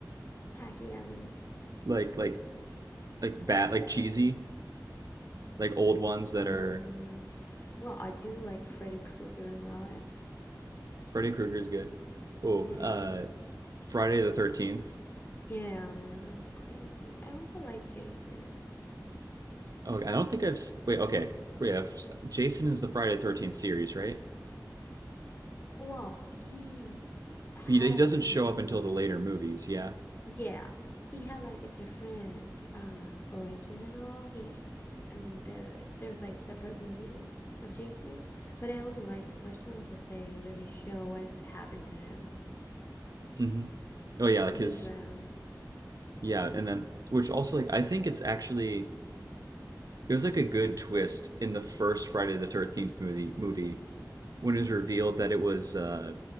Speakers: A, on the left (about 35°); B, on the right (about 55°).
A: tacky as in,
B: Like like like bad like cheesy like old ones that
A: um,
B: are
A: well, I do like Freddy Krueger a lot.
B: Freddy Krueger's good. Oh,
A: Yeah,
B: uh, Friday the Thirteenth.
A: yeah, man, that was crazy. I also like Jason.
B: Oh, I don't think I've s- wait. Okay, yeah, Jason is the Friday the Thirteenth series, right?
A: Well, he had
B: He he doesn't
A: a different
B: show up until
A: origin.
B: the later movies. Yeah.
A: Yeah, he had like a different um origin and all. He, I mean, the there's like separate movies of Jason, but I only liked the first one because they really show what happened to him.
B: hmm Oh yeah, like
A: He
B: his
A: drowned.
B: yeah, and then which also like I think it's actually It was like a good twist in the first Friday the Thirteenth movie movie when it was revealed that it was uh